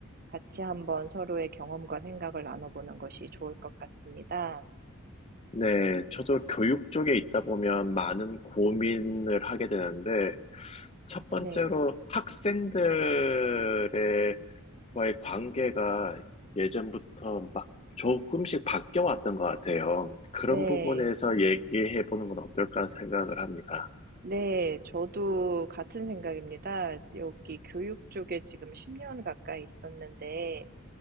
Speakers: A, on the right; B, on the left.
A: 같이 한번 서로의 경험과 생각을 나눠보는 것이 좋을 것 같습니다.
B: 네, 저도 교육 쪽에 있다 보면 많은 고민을 하게 되는데, 첫 번째로
A: 네,
B: 학생들의 와의 관계가 예전부터 막 조금씩 바뀌어 왔던 것 같아요. 그런
A: 네.
B: 부분에서 얘기해 보는 건 어떨까 생각을 합니다.
A: 네. 저도 같은 생각입니다. 여기 교육 쪽에 지금 10년 가까이 있었는데